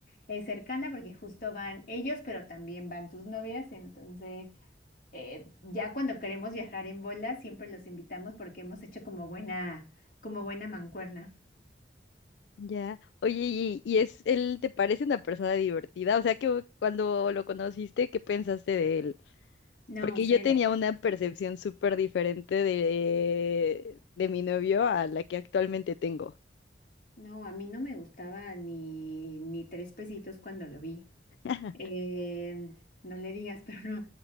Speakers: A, on the left; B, on the left.
A: eh, cercana porque justo van ellos, pero también van sus novias. Entonces, eh, ya cuando queremos viajar en bola, siempre los invitamos porque hemos hecho como buena, como buena mancuerna.
B: Ya. Oye, ¿y, y es él te parece una persona divertida? O sea, que cuando lo conociste, ¿qué pensaste de él?
A: No,
B: Porque
A: cero.
B: yo tenía una percepción súper diferente de, de mi novio a la que actualmente tengo.
A: No, a mí no me gustaba ni, ni tres pesitos cuando lo vi.
B: <laughs>
A: Eh, no le digas, <laughs> pero no.